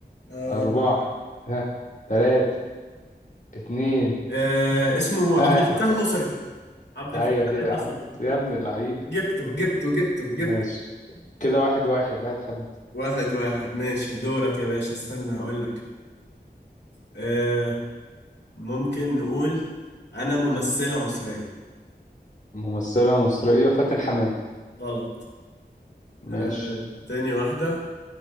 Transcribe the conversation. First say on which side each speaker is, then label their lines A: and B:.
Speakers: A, on the left; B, on the left.
A: آه.
B: أربعة ها تلاتة اتنين
A: آه اسمه
B: واحد
A: عبد الفتاح الأسري عبد
B: أيوة
A: الفتاح
B: كده
A: الأسري
B: يا عم يا ابن اللعيبة
A: جبته جبته جبته جبته
B: ماشي كده واحد واحد هات حد
A: واحد واحد ماشي دورك يا باشا استنى هقول لك آه ممكن نقول انا ممثلة مصرية
B: ممثلة مصرية فاتن حمام
A: غلط
B: ماشي
A: آه تاني واحدة